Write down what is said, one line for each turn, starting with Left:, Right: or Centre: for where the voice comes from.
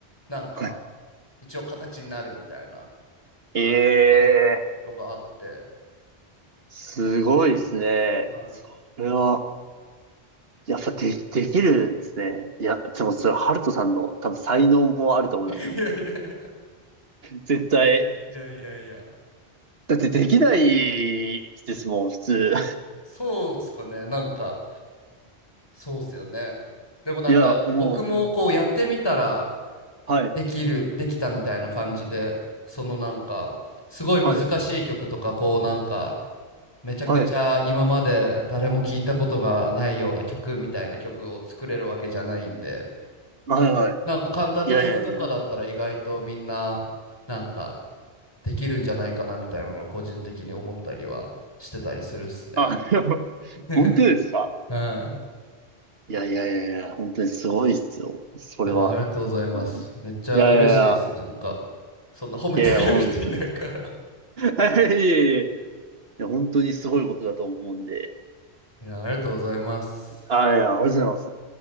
Left: なんか
Right: はい。
Left: 一応形になるみたいな
Right: ええ、
Left: はいのがあって。
Right: すごいですね。
Left: はい。
Right: これは、やっぱで、できるんですね。いや、でもそれ、ハルトさんの多分才能もあると思いますよ。
Left: <laughs>
Right: 絶対。
Left: いやいやいや、いやいやいや、
Right: だってできないですもん、普通。
Left: そうっすかね、なんかそうっすよね。でもなんか僕もこうやってみたら
Right: いや、もう、本当にはい。
Left: できる、できたみたいな感じで、そのなんかすごい難しい曲とか、
Right: はい。
Left: こうなんかめちゃくちゃ今まで誰も聞いたことがないような曲みたいな曲を作れるわけじゃないんで、
Right: はい。はい。はい。
Left: なんか簡単な曲とかだったら意外とみんななんか
Right: いやいやいや。
Left: できるんじゃないかなみたいなのを個人的に思ったりはしてたりするっすね。
Right: あ、でも本当ですか
Left: <laughs> はい。
Right: いやいやいやいや、本当にすごいっすよ。それは。
Left: いや、ありがとうございます。
Right: い
Left: めっちゃ嬉しいです。
Right: やいやいや、
Left: なんか、そんな褒めてくれる人いないから。
Right: いやいや、本当に。<laughs> いやいやいや、いや本当にすごいことだと思うんで。
Left: いや、ありがとうございます。
Right: あ、いや、ありがとうございます。